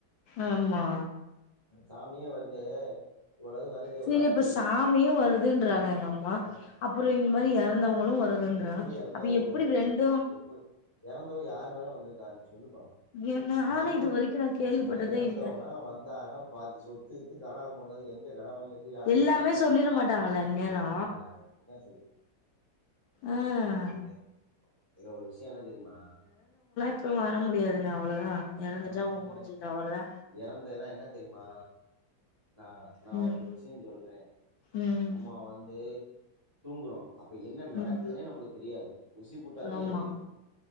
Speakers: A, on the left; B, on the right.
A: ஆமா
B: சாமியே வருதே இவ்வளவு வருதே
A: சரி
B: ஒரு ஆளுக்கு.
A: இப்ப சாமியு வருதுன்றாங்க எங்க அம்மா
B: அ
A: அப்றோ அது மாரி எறந்தவங் களு வருதுன்றாங்க
B: எப்படி எறந்தா
A: அப்ப எப்படி
B: வருஷம் தரும்.
A: ரெண்டு
B: எப்படி எறந்தவ யாரு மேல வந்துருக்கா சொல்லு பாப்
A: எ நானு
B: அப்பனா
A: இது வரைக்கு நா
B: அப்பனா
A: கேள்விப்பட்டதே
B: எறந்தவனா
A: இல்ல
B: வந்தானா பாதி சொத்து து கானாம் போனது எங்க கட வாங்கி வச்ச யார்ட்ட
A: எல்லாமே
B: குடுத்த எல்லாத்தையு
A: சொல்லிட
B: வச்சி
A: மாட்டாங்கல்ல அந்நேரோ
B: சொல்லிட மாட்டாங்களா என்ன சொல்லி
A: ஆ
B: இலை இலை இல ஒரு விஷயோ என்ன தெரிமா
A: இப்போ வர முடியாதுன அவ்ளோதா
B: அதுலா
A: எறந்துட்டா
B: வர
A: உ
B: முடியாதுங்க
A: முடிஞ்சுது அவ்ளோதா
B: எறந்ததுனா என்ன தெரிமா நா நா ஒனக்கு
A: ம்
B: ஒரு விஷயோ சொல்றே
A: ம்
B: நம்ம வந்து தூங்குறோ அப்ப என்ன நடக்குதுனே
A: ம்
B: நம்ளுக் தெரியாது ஊசிபுட்டாதா
A: ஆமா
B: எந்ரிக்க முடியு